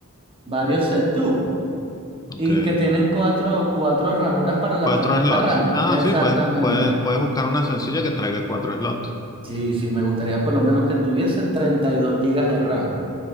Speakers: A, on the right; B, on the left.
A: varios setup
B: ok
A: y que tienen cuatro, cuatro ranuras para la
B: Cuatro
A: tarjeta
B: slots.
A: RAM.
B: Ah,
A: Exactamente.
B: sí, puedes, puedes, puedes buscar una sencilla que traiga cuatro slots.
A: Sí, sí, me gustaría por lo menos que tuviese 32 gigas de RAM,